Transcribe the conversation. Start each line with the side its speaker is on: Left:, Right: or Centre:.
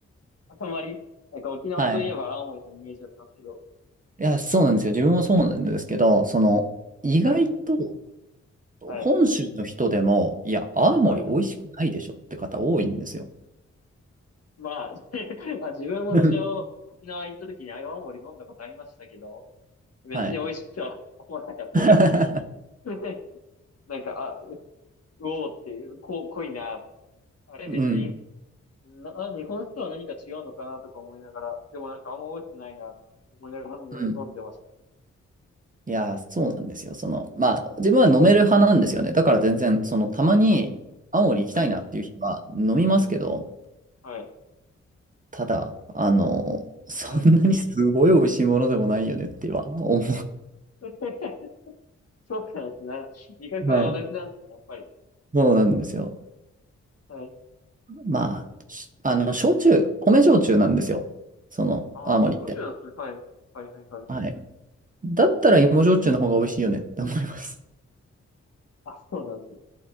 Left: あんまり、なんか沖縄といえば泡盛のイメージだったんですけど。
Right: はい。いや、そうなんですよ。自分もそうなんですけど、その、意外と、
Left: はい、はい、
Right: 本州の人でも、いや、青森美味しくないでしょって方多いんですよ。
Left: はい。まあ、<laughs> まあ自分も一応沖縄行った時に泡盛飲んだことありましたけど、
Right: <laughs>
Left: 別に美味しいとは思わなかったですね。
Right: はい。<laughs>
Left: <laughs> なんか、あ、うおーっていう、こ、濃いな。あれ別に、
Right: うん。
Left: な、あ日本酒とは何か違うのかなとか思いながら、でもなんかあんま美味しくないなって思いながら飲んで、
Right: うん。
Left: 飲んでました。
Right: いや、そうなんですよ。その、まあ、自分は飲める派なんですよね。
Left: うん
Right: だから全然、その、たまに青森行きたいなっていう日は飲みますけど、
Left: はいはいはい。はいはい。
Right: ただ、あの、そんなにすごい美味しいものでもないよねっては思う。
Left: はい。<laughs> そうなんですね。味覚は同じなんですね、
Right: はい。
Left: やっぱり。
Right: そうなんですよ。
Left: はい。
Right: まあ、しあの、焼酎、米焼酎なんですよ。その、
Left: あ、
Right: 青森って。
Left: 少しなんですね。はい。はいはいはい。
Right: はい。だったら芋焼酎の方が美味しいよねって思います。
Left: あ、そうなんですよ。